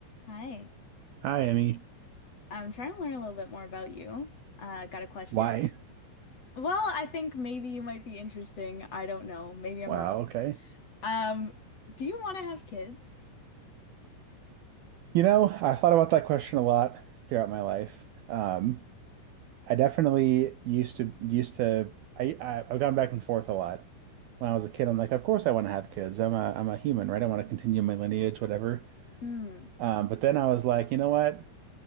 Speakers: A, on the left (about 30°); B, on the right (about 80°).
A: Hi.
B: Hi, Emmy.
A: I'm trying to learn a little bit more about you. Uh, got a question.
B: Why?
A: Well, I think maybe you might be interesting. I don't know. Maybe I'm
B: Wow,
A: wrong.
B: okay.
A: Um, do you want to have kids?
B: You know, I thought about that question a lot throughout my life. Um, I definitely used to used to I, I I've gone back and forth a lot. When I was a kid, I'm like, of course I want to have kids. I'm a I'm a human, right? I want to continue my lineage, whatever.
A: Hmm.
B: Um, but then I was like, you know what?